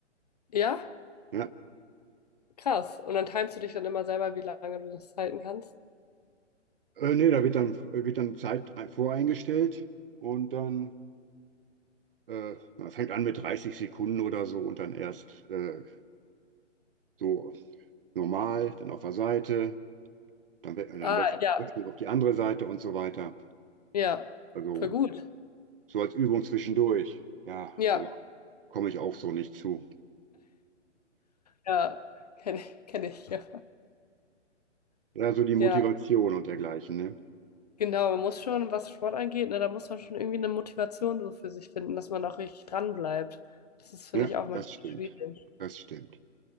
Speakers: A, on the left; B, on the right.
A: Ja,
B: Ja.
A: krass. Und dann timest du dich dann immer selber, wie lange du das halten kannst.
B: Äh, nee, da wird dann, wird dann Zeit ein- voreingestellt und dann äh, man fängt an mit 30 Sekunden oder so und dann erst äh, so normal, dann auf der Seite, dann, we dann
A: Ah,
B: wechselt
A: ja,
B: wechselt auf die andere Seite und so weiter.
A: ja,
B: Also
A: voll gut.
B: so als Übung zwischendurch. Ja,
A: Ja,
B: aber komme ich auch so nicht zu.
A: ja, kenne ich, kenne ich, ja.
B: Ja, so die Motivation
A: Ja,
B: und dergleichen, ne?
A: genau, man muss schon, was Sport angeht, ne, da muss man schon irgendwie eine Motivation so für sich finden, dass man auch richtig dran bleibt. Das ist, finde
B: Ja,
A: ich, auch manchmal
B: das stimmt.
A: schwierig.
B: Das stimmt.